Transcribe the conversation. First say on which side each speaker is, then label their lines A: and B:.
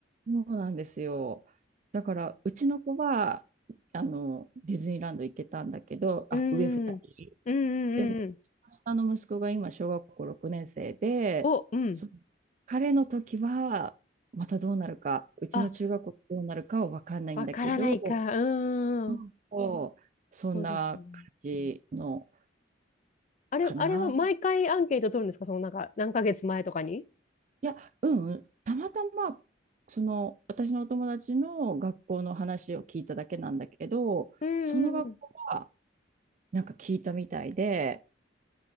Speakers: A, on the right; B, on the left.
A: そうなんですよ。だから、うちの子は、あの、ディズニーランド行ってたんだけど、
B: うんうん。
A: あ、上二人。
B: うんうんうんうん。
A: でも、下の息子が今、小学校6年生で、
B: お、うん。
A: そ彼の時は、またどうなるか、うちの中学校どうなるかは分かんないんだけど、
B: あ、わからないか。うんうん。
A: うんこうそんな感じの
B: そうですね。あれ、
A: かな。
B: あれは毎回アンケート取るんですかそのなんか、何ヶ月前とかに
A: いや、うん、たまたま、その、私のお友達の学校の話を聞いただけなんだけど、
B: うんうんうん。
A: その学校はなんか聞いたみたいで、